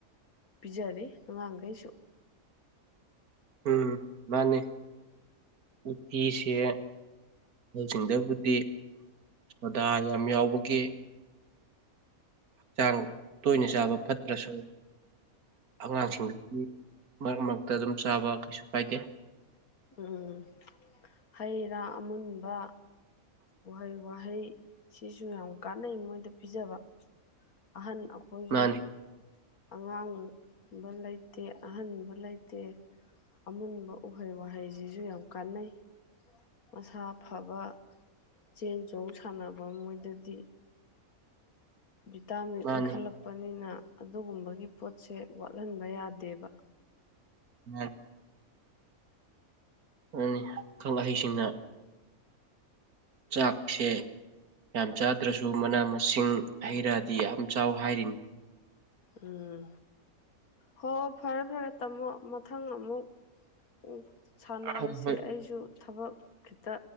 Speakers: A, on the left; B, on the right.
A: ꯄꯤꯖꯔꯤ ꯑꯉꯥꯡꯒꯩꯁꯨ
B: ꯎꯝ ꯃꯥꯅꯤ ꯎꯇꯤꯁꯦ ꯑꯍꯟꯁꯤꯡꯗꯕꯨꯗꯤ ꯁꯣꯗꯥ ꯌꯥꯝ ꯌꯥꯎꯕꯒꯤ ꯍꯛꯆꯥꯡ ꯇꯣꯏꯅ ꯆꯥꯕ ꯐꯠꯇ꯭ꯔꯁꯨ ꯑꯉꯥꯡꯁꯤꯡꯗꯗꯤ ꯃꯔꯛ ꯃꯔꯛꯇ ꯑꯗꯨꯝ ꯆꯥꯕ ꯀꯩꯁꯨ ꯀꯥꯏꯗꯦ
A: ꯎꯝ ꯍꯩ ꯔꯥ ꯑꯃꯨꯟꯕ ꯎꯍꯩ ꯋꯥꯍꯩ ꯁꯤꯁꯨ ꯌꯥꯝ ꯀꯥꯟꯅꯩ ꯃꯣꯏꯗ ꯄꯤꯖꯕ ꯑꯍꯟ ꯑꯈꯣꯏꯁꯨ
B: ꯃꯥꯅꯤ
A: ꯑꯉꯥꯡꯕ ꯂꯩꯇꯦ ꯑꯍꯟꯕ ꯂꯩꯇꯦ ꯑꯃꯨꯟꯕ ꯎꯍꯩ ꯋꯥꯍꯩꯁꯤꯁꯨ ꯌꯥꯝ ꯀꯥꯟꯅꯩ ꯃꯁꯥ ꯐꯕ ꯆꯦꯟ ꯆꯣꯡ ꯁꯥꯟꯅꯕ ꯃꯣꯏꯗꯗꯤ ꯚꯤꯇꯥꯃꯤꯟ
B: ꯃꯥꯅꯤ
A: ꯏꯟꯈꯠꯂꯛꯄꯅꯤꯅ ꯑꯗꯨꯒꯨꯝꯕꯒꯤ ꯄꯣꯠꯁꯦ ꯋꯥꯠꯍꯟꯕ ꯌꯥꯗꯦꯕ
B: ꯎꯝ ꯃꯥꯅꯤ ꯑꯈꯪ ꯑꯍꯩꯁꯤꯡꯅ ꯆꯥꯛꯁꯦ ꯌꯥꯝ ꯆꯥꯗ꯭ꯔꯁꯨ ꯃꯅꯥ ꯃꯁꯤꯡ ꯍꯩ ꯔꯥꯗꯤ ꯌꯥꯝ ꯆꯥꯎ ꯍꯥꯏꯔꯤꯅꯤ
A: ꯎꯝ ꯍꯣ ꯐꯔꯦ ꯐꯔꯦ ꯇꯥꯝꯃꯣ ꯃꯊꯪ ꯑꯃꯨꯛ ꯎ ꯁꯥꯟꯅꯔꯁꯦ
B: ꯍꯣꯏ ꯍꯣꯏ
A: ꯑꯩꯁꯨ ꯊꯕꯛ ꯈꯤꯇ